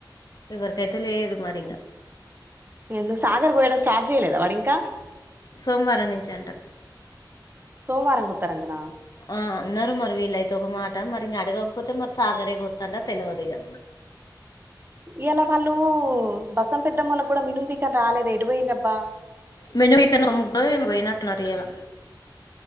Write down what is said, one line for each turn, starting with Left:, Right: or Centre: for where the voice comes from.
Left: ఎవరికైతే లేదు మరి ఇంకా
Right: ఎందు సాగర్ పోయడం స్టార్ట్ చేయలేదా వాడు ఇంకా
Left: సోమవారం నుంచి అంట
Right: సోమవారం గుతారంటనా
Left: ఆ అన్నారు మరి వీళ్ళైతే ఒక మాట మరి ఇంక అడగకపోతే మరి సాగరే గుత్తండా తెలియదుగా
Right: ఇలా వాళ్ళు బసం పెద్దం వాళ్ళకి కూడా మనుంపకని రాలేదు ఎడి పోయింది రబ్బా
Left: మెను ఇక న ముగ్గులో పోయినట్టున్నారు ఇయలా